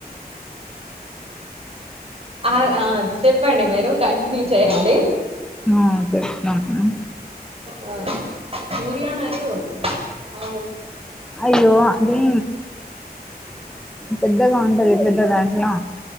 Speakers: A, on the right; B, in the centre.
A: ఆ ఆ చెప్పండి మీరు కంటిన్యూ చేయండి
B: ఆ చెప్తున్నాను
A: ఆ ముడిను అరి మా
B: అయ్యో అది పెద్దగా ఉంటది పెద్ద దాంట్లో